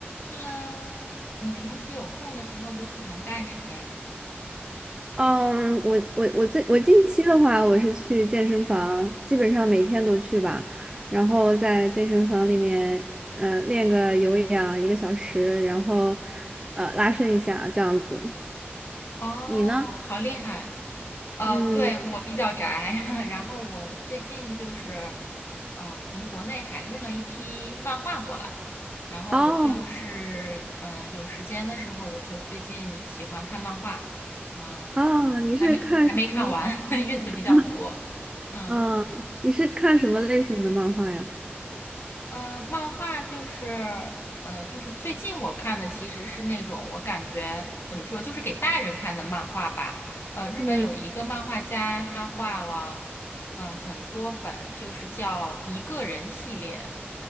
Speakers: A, on the left (about 65°); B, on the right (about 20°).
A: Hello，你平时有空的时候都喜欢干什么呀？
B: 嗯，我我我最我近期的话，我是去健身房，基本上每天都去吧，然后在健身房里面，呃，练个有氧一个小时，然后呃拉伸一下这样子。
A: 哦，
B: 你呢？
A: 好厉害！呃，
B: 嗯，
A: 对，我比较宅，<laughs> 然后我最近就是呃从国内海运了一批漫画过来，然后我就是嗯、
B: 哦
A: 呃有时间的时候，我就最近喜欢看漫画，嗯、
B: 哦，你是看什么？
A: 还没还没看完，<laughs> 运的比较多，
B: <laughs>
A: 嗯。
B: 嗯，你是看什么类型的漫画呀？
A: 呃，漫画就是呃，就是最近我看的其实是那种我感觉怎么说，就是给大人看的漫画吧。呃，日本有一个漫画家，
B: 嗯
A: 他画了呃很多本，就是叫一个人系列。